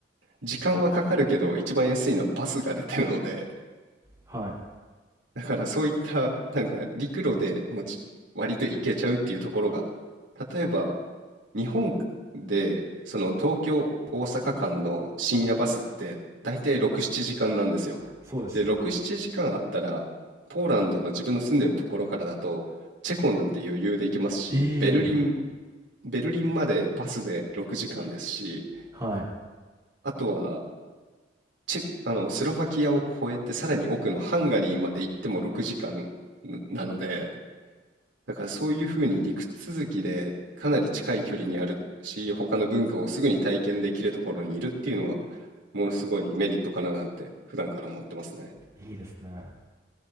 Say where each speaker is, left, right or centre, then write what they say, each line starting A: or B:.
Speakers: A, on the right; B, on the right.
A: 時間はかかるけど、一番安いのはバスが出てるので、
B: はい。
A: だからそういった、なんか陸路でもち割と行けちゃうっていうところが、例えば日本でその東京大阪間の深夜バスって大体6、7時間なんですよ。
B: そうですよ。
A: で、6、7時間あったら、ポーランドの自分の住んでるところからだと、チェコなんて余裕で行けますし、
B: ええー
A: ベルリン、ベルリンまでバスで6時間ですし、
B: はい。
A: あとはチェ、あの、スロバキアを越えてさらに奥のハンガリーまで行っても6時間なので、だからそういうふうに陸続きでかなり近い距離にあるし、他の文化をすぐに体験できるところにいるっていうのは、ものすごいメリットかななんて普段から思ってますね。
B: いいですね。